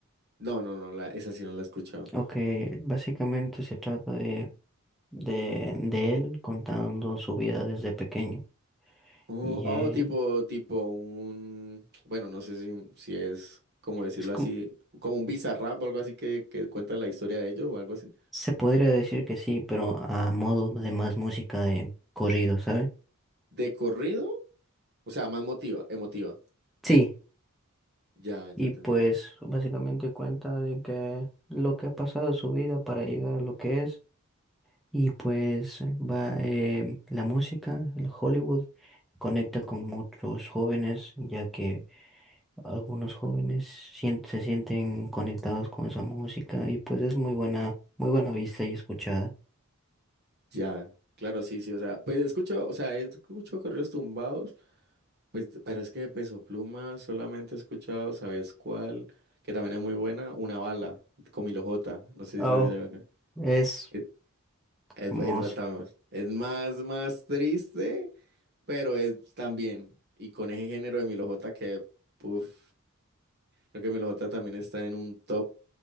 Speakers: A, on the right (about 50°); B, in the centre.
A: No, no, no, la, esa sí no la he escuchado.
B: ok, básicamente se trata de de, de él contando su vida desde pequeño
A: Oh,
B: Y
A: oh,
B: eh,
A: tipo, tipo un... Bueno, no sé si, si es, como decirlo
B: es como,
A: así, como un Bizarrap o algo así que, que cuenta la historia de ellos o algo así.
B: se podría decir que sí, pero a modo de más música de corrido, ¿sabes?
A: ¿De corrido? O sea, más motiva, emotiva.
B: Sí,
A: Ya, ya
B: y
A: te
B: pues
A: entiendo.
B: básicamente cuenta de que lo que ha pasado en su vida para llegar a lo que es, y pues va eh, la música, el Hollywood, conecta con muchos jóvenes, ya que algunos jóvenes sien- se sienten conectados con esa música, y pues es muy buena, muy buena vista y escuchada.
A: Ya, claro, sí, sí, o sea, pues escucho, o sea, he escuchado corridos tumbados, pues, pero es que de Peso Pluma solamente he escuchado, ¿sabes cuál? Que también es muy buena, Una Bala, con Milo J, no sé
B: Oh,
A: si la digo acá.
B: es
A: Es, es,
B: hermoso.
A: es bata- es más, más triste, pero es también, y con ese género de Milo J que, puff, creo que Milo J también está en un top